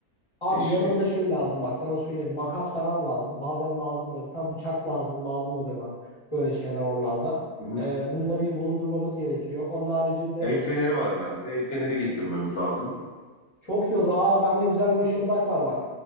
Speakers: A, on the left; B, on the left.
A: Abi
B: E şimdi
A: yanımıza şey lazım bak sana söyleyeyim makas falan lazım. Bazen lazım oluyor. Bir tane bıçak lazım. Lazım oluyor bak. Böyle şeyler oralarda.
B: Hı hı.
A: Ee, bunları iyi bulundurmamız gerekiyor. Onun haricinde
B: el feneri var bende. El feneri getirmemiz lazım.
A: çok iyi olur. Aa bende güzel bir ışıldak var bak.